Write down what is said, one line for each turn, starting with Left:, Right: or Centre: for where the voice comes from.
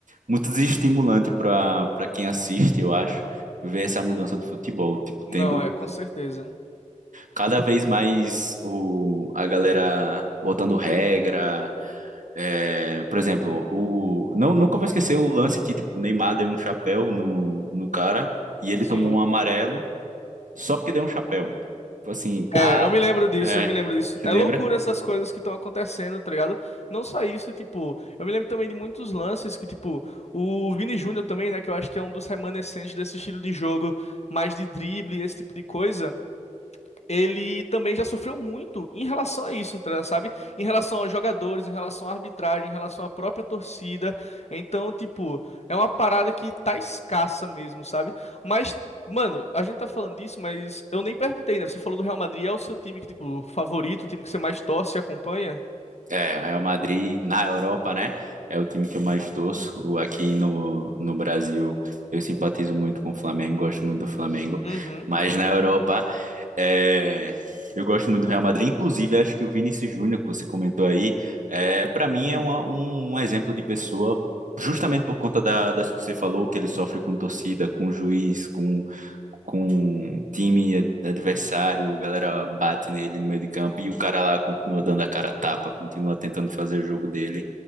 Right: muito desestimulante para para quem assiste, eu acho, ver essa mudança do futebol, tipo,
Left: Não,
Right: tendo
Left: é, com certeza.
Right: cada vez mais o, a galera botando regra, é, por exemplo, o não nunca vou esquecer o lance que tipo, o Neymar deu um chapéu no, no cara e ele
Left: Sim.
Right: tomou um amarelo só porque deu um chapéu. Tipo assim, tá,
Left: É, eu me lembro disso,
Right: é,
Left: eu me lembro disso.
Right: se
Left: É
Right: lembra?
Left: loucura essas coisas que estão acontecendo, tá ligado? Não só isso, tipo, eu me lembro também de muitos lances que, tipo, o Vini Júnior também, né, que eu acho que é um dos remanescentes desse estilo de jogo, mais de drible, esse tipo de coisa ele também já sofreu muito em relação a isso, tá, sabe? Em relação aos jogadores, em relação à arbitragem, em relação à própria torcida. Então, tipo, é uma parada que tá escassa mesmo, sabe? Mas, mano, a gente tá falando disso, mas eu nem perguntei, né? Você falou do Real Madrid, é o seu time que, tipo, favorito, o time que você mais torce e acompanha?
Right: É, o Real Madrid na Europa, né? É o time que eu mais torço. O- Aqui no, no Brasil, eu simpatizo muito com o Flamengo, gosto muito do Flamengo.
Left: Uhum.
Right: Mas na Europa, é, eu gosto muito do Real Madrid. Inclusive, acho que o Vinícius Júnior, que você comentou aí, é, para mim
Left: Sim.
Right: é uma- um, um exemplo de pessoa, justamente por conta da, das que você falou, que ele sofre com torcida, com juiz, com, com time ad- adversário, a galera bate nele no meio de campo e o cara lá continua dando a cara a tapa, continua tentando fazer o jogo dele,